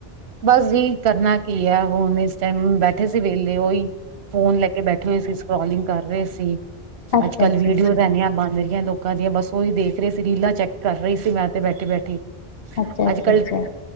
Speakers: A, on the right (about 85°); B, on the left (about 65°).
A: ਬਸ ਜੀ ਕਰਨਾ ਕੀ ਐ, ਹੁਨ ਇਸ ਟਾਈਮ ਬੈਠੇ ਸੀ ਵੇਲੇ ਓਈ ਫੋਨ ਲੈ ਕੇ ਬੈਠੇ ਹੋਏ ਸੀ, ਸਕਰੋਲਿੰਗ ਕਰ ਰੇ ਸੀ।
B: ਅੱਛਾ ਅੱਛਾ
A: ਅੱਜ ਕੱਲ
B: ਅੱਛਾ
A: ਵੀਡੀਓਜ਼
B: ਅੱਛਾ
A: ਐਨੀਆਂ ਬਨ ਰਿਆਂ ਲੋਕ ਲੋਕਾਂ ਦੀਆਂ ਬਸ ਓਈ ਦੇਖ ਰਹੀ ਸੀ, ਰੀਲਾਂ ਚੈੱਕ ਕਰ ਰੀ ਸੀ ਮੈਂ ਤੇ ਬੈਠੀ ਬੈਠੀ।
B: ਅੱਛਾ
A: ਅੱਜ-ਕੱਲ
B: ਅੱਛਾ